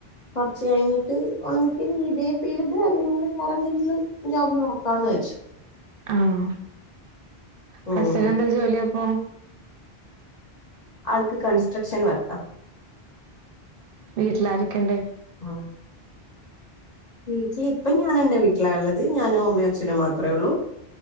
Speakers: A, on the left; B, on the right.
A: കൊറെച്ച് കഴിഞ്ഞിട്ട് ഒന്നിപ്പ ഇതേ ഫീൽഡ് അല്ലെങ്കില് വേറെന്തെങ്കിലും ജോബ് നോക്കാന്ന് വെച്ചു.
B: ആഹ്
A: ഉം
B: ഹസ് നെന്താ ജോലിയപ്പോ
A: ആൾക്ക് കൺസ്ട്രക്ഷൻ വർക്കാ.
B: വീട്ടിലാരൊക്കെണ്ട്
A: ആഹ് ഇനിക്കി ഇപ്പം ഞാൻ എന്റെ വീട്ടിലാ ള്ളത് ഞാനും അമ്മേം അച്ഛനും മാത്രേയുള്ളൂ.